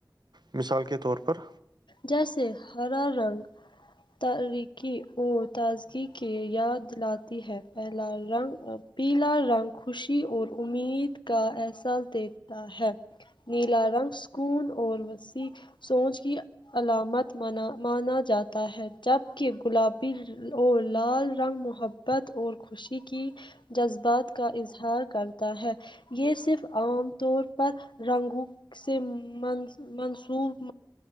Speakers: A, on the right (about 65°); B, on the left (about 80°).
A: مثال کے طور پر
B: جیسے ہرا رنگ تارییکی اور تازگی کی یاد دلاتی ہے پہلا رنگ پیلا رنگ خوشی اور امید کا احساس دیتا ہے نیلا رنگ سکون اور وسیع سوچ کی علامت مانا جاتا ہے جبکہ گلابی اور لال رنگ محبت بت اور خوشی کی جذبات کا اظہار کرتا ہے یہ صرف عام طور پر رنگو سے منسوب